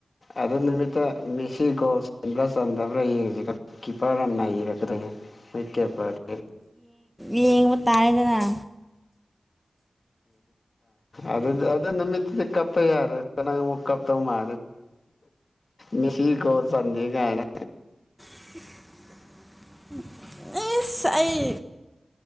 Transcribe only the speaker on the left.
ꯑꯗ ꯅꯨꯃꯤꯠꯇ ꯃꯦꯁꯤ ꯀꯣꯁ ꯆꯟꯕ꯭ꯔꯥ ꯆꯟꯗꯕ꯭ꯔꯥ ꯌꯦꯡꯉꯁꯤꯒ ꯀꯤꯄꯔꯅꯅꯥ ꯏꯔꯛꯀꯗꯅꯦꯣꯏ ꯀꯦꯄꯔ
ꯑꯗꯨ ꯑꯗꯨ ꯅꯃꯤꯗꯤ ꯀꯄ ꯌꯥꯔ ꯆ ꯀꯞ ꯃꯥ ꯃꯤꯁꯤ ꯀꯣ ꯆꯥꯟꯗ ꯀꯅ